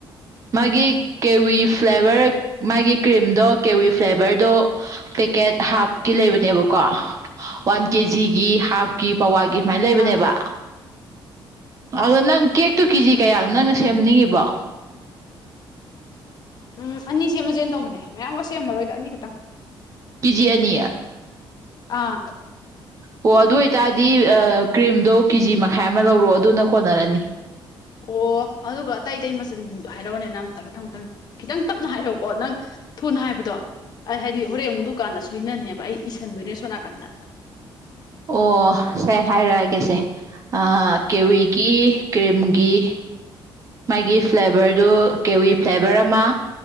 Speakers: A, on the right (about 35°); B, on the left (about 45°).
A: ꯃꯥꯒꯤ ꯀꯦꯋꯤ ꯐ꯭ꯂꯦꯚꯔ ꯃꯥꯒꯤ ꯀ꯭ꯔꯤꯝꯗꯣ ꯀꯦꯋꯤ ꯐ꯭ꯂꯦꯚꯔꯗꯣ ꯄꯦꯀꯦꯠ ꯍꯥꯞꯀꯤ ꯂꯩꯕꯅꯦꯕꯀꯣ ꯋꯥꯟ ꯀꯦꯖꯤꯒꯤ ꯍꯥꯞꯀꯤ ꯄꯥꯋꯥꯒꯤ ꯁꯨꯃꯥꯏꯟ ꯂꯩꯕꯅꯦꯕ
B: ꯑꯥ
A: ꯑꯗꯣ ꯅꯪ ꯀꯦꯛ ꯇꯨ ꯀꯤꯖꯤ
B: ꯎꯝ
A: ꯀꯌꯥꯅꯣ ꯅꯪꯅ ꯁꯦꯝꯅꯤꯡꯉꯤꯕꯣ
B: ꯎꯝ ꯑꯅꯤ ꯁꯦꯝꯃꯖꯦꯅꯥ ꯇꯧꯕꯅꯦ ꯃꯌꯥꯝꯒ ꯁꯦꯝꯃꯔꯣꯏꯗ ꯑꯅꯤ ꯈꯛꯇꯪ
A: ꯀꯤꯖꯤ ꯑꯅꯤ
B: ꯑꯥ
A: ꯑꯣ ꯑꯗꯨ ꯑꯣꯏꯇꯥꯔꯗꯤ ꯑꯥ ꯀ꯭ꯔꯤꯝꯗꯣ ꯀꯤꯖꯤ ꯃꯈꯥꯏ ꯑꯃ ꯂꯧꯔꯛꯑꯣ ꯑꯗꯨꯅ ꯀꯣꯟꯅꯔꯅꯤ
B: ꯑꯣ ꯑꯗꯨꯒ ꯑꯇꯩ ꯑꯇꯩ ꯃꯆꯜꯟꯖꯤꯡꯗꯣ ꯍꯥꯏꯔꯛꯑꯣꯅꯦ ꯅꯪ ꯑꯝꯇ ꯃꯊꯪ ꯃꯊꯪ ꯈꯤꯇꯪ ꯇꯞꯅ ꯍꯥꯏꯔꯛꯎꯀꯣ ꯅꯪ ꯊꯨꯅ ꯍꯥꯏꯕꯗꯣ ꯑꯩ ꯍꯥꯏꯗꯤ ꯍꯣꯔꯦꯟ ꯑꯃꯨꯛ ꯗꯨꯀꯥꯟꯗ ꯁꯣꯏꯅꯅꯦꯕ ꯑꯩ ꯏꯁꯤꯟꯗꯣꯏꯅꯦ ꯁꯣꯝ ꯅꯥꯀꯟꯗ
A: ꯑꯣ ꯁꯦ ꯍꯥꯏꯔꯛꯑꯒꯦꯁꯦ ꯑꯥ ꯀꯦꯋꯤꯒꯤ ꯀ꯭ꯔꯤꯝꯒꯤ ꯃꯥꯒꯤ ꯐ꯭ꯂꯦꯕꯔꯗꯨ ꯀꯦꯋꯤ ꯐ꯭ꯂꯦꯕꯔ ꯑꯃ